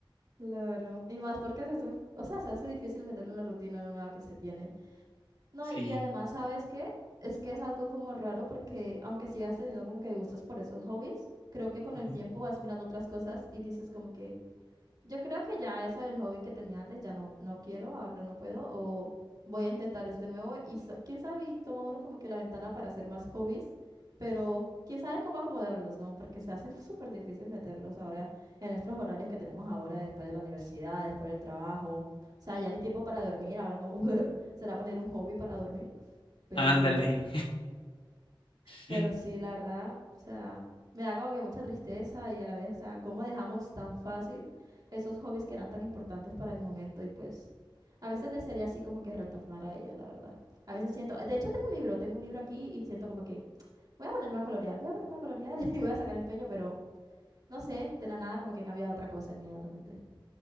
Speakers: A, on the right; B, on the left.
A: claro. Y más porque se hace, o sea, se hace difícil meterlo en la rutina nueva que se tiene. No,
B: Sí,
A: y además, ¿sabes qué? Es que es algo como raro porque aunque sigas teniendo como que gustos por esos hobbies, creo que con
B: ujú,
A: el tiempo vas mirando otras cosas y dices como que yo creo que ya eso del hobby que tenía antes ya no, no quiero, ahora no puedo, o voy a intentar este nuevo y so- quién sabe, y toma uno como que la ventana para hacer más hobbies, pero quién sabe cómo acomodarlos, ¿no? Porque se hace súper difícil meterlos ahora en nuestros horarios que tenemos ahora, después de la universidad, después del trabajo, o sea, ya ni tiempo para dormir, ahora cómo <laughs> poder- será poner un hobby para dormir, pero...
B: ándale.
A: Pero
B: <laughs>
A: sí, la verdad, o sea, me da como que mucha tristeza y a la vez, o sea, cómo dejamos tan fácil esos hobbies que eran tan importantes para el momento y pues a veces desearía así como que retornar a ellos, la verdad. A veces siento, de hecho tengo un libro, tengo un libro aquí y siento como que voy a ponerme a colorear, voy a ponerme a colorear <laughs> y voy a sacar empeño, pero no sé, de la nada como que cambia a otra cosa inmediatamente.